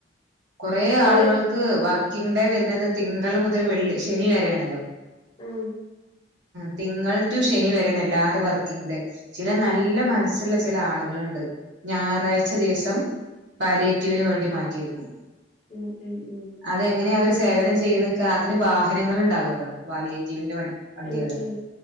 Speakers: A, on the right (about 75°); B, on the left (about 35°).
A: കൊറെ ആളുകൾക്ക്
B: ഒരു
A: ക്ക് വർക്കിംഗ് ഡേ വരുന്നത് തിങ്കൾ മുതൽ വെള്ളി ശനി വരെയണല്ലോ
B: ഉം
A: തിങ്കൾ ടു ശനി വരണ എല്ലാരും വർക്കിംഗ ഡേ ചില നല്ല മനസ്സുള്ള ചില ആളുകളുണ്ട് ഞായറാഴ്ച ദിവസം പാലിയെറ്റീവിന് വേണ്ടി മാറ്റിെക്കുന്നു
B: ഉം ഉം ഉം
A: അതെങ്ങനെയ അവര് സേവനം ചെയ്യണ അതിന് വാഹനങ്ങൾ ഉണ്ടാവുമല്ലോ വാലിയേറ്റീവിന്റെ വണ്ടിയാണ്
B: ഉം ഉം